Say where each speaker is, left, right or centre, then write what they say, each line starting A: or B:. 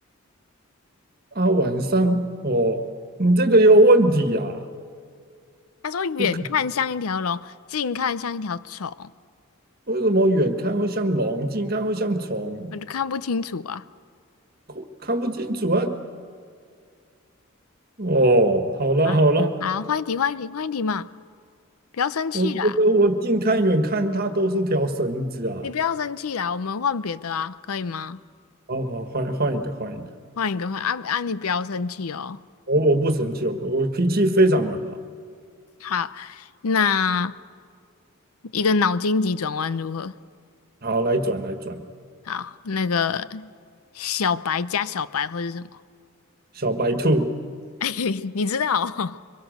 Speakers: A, on the right; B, on the left.
A: 啊，晚上哦，你这个有问题啊？
B: 他说远看像一条龙，
A: 不可
B: 近看像一条虫，
A: 能，为什么远看会像龙，近看会像虫？
B: 我就看不清楚啊
A: 看看不清楚啊。哦，好了好了，
B: 啊啊！换一题，换一题，换一题嘛！不要生气啦，
A: 我觉得我近看远看它都是条绳子啊。
B: 你不要生气啦，我们换别的啊，可以吗？
A: 好好，换换一个换一个，
B: 换一个，换啊啊！你不要生气哦。
A: 我我不生气，我我脾气非常的好。
B: 好，那一个脑筋急转弯如何？
A: 好，来转来转，
B: 好，那个小白加小白会是什么？
A: 小白兔
B: <laughs> 你知道哦？